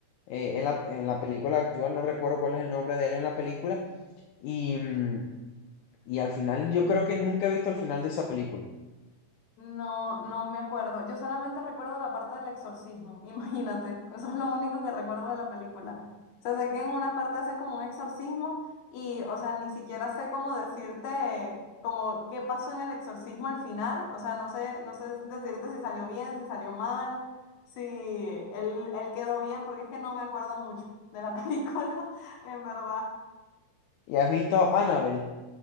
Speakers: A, on the left; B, on the left.
A: eh, en la, en la película actual, no recuerdo cuál es el nombre de él en la película, y, mm, y al final yo creo que nunca he visto el final de esa película.
B: No, no me acuerdo. Yo solamente recuerdo la parte del exorcismo, <laughs> imagínate. Eso es lo único que recuerdo de la película. O sea, sé que en una parte hacen como un exorcismo y, o sea, ni siquiera sé cómo decirte como qué pasó en el exorcismo al final. O sea, no sé, no sé decirte si salió bien, si salió mal, si él, él quedó bien, porque es que no me acuerdo mucho de la <laughs> película, en verdad.
A: Y has visto Annabelle,